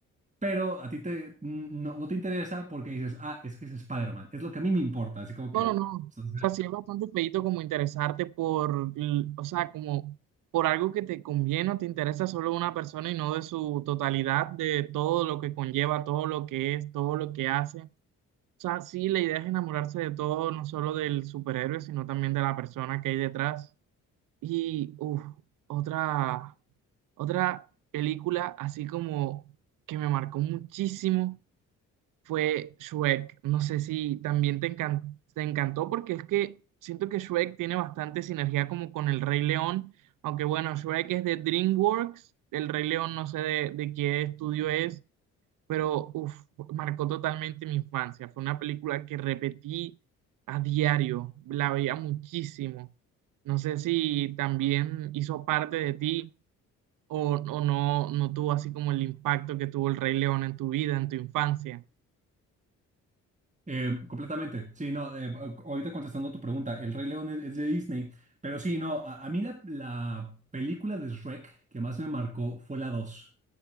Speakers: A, on the right; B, on the right.
A: Pero a ti te, no, no te interesa porque dices, ah, es que es Spider-Man, es lo que a mí me importa, así como
B: No,
A: que...
B: no,
A: o
B: no.
A: sea,
B: O sea, sí es bastante feíto como interesarte por, l- o sea, como por algo que te conviene o te interesa solo una persona y no de su totalidad, de todo lo que conlleva, todo lo que es, todo lo que hace. O sea, sí, la idea es enamorarse de todo, no solo del superhéroe, sino también de la persona que hay detrás. Y, uff, otra, otra película así como que me marcó muchísimo fue Shrek. No sé si también te encan- te encantó porque es que siento que Shrek tiene bastante sinergia como con el Rey León, aunque bueno, Shrek es de DreamWorks, el Rey León no sé de, de qué estudio es, pero uf, marcó totalmente mi infancia. Fue una película que repetí a diario, la veía muchísimo. No sé si también hizo parte de ti o, o no, no tuvo así como el impacto que tuvo el Rey León en tu vida, en tu infancia.
A: eh, completamente. Sí, no, eh, ahorita contestando tu pregunta, El Rey León es, es de Disney, pero sí, no, a, a mí la, la película de Shrek que más me marcó fue la dos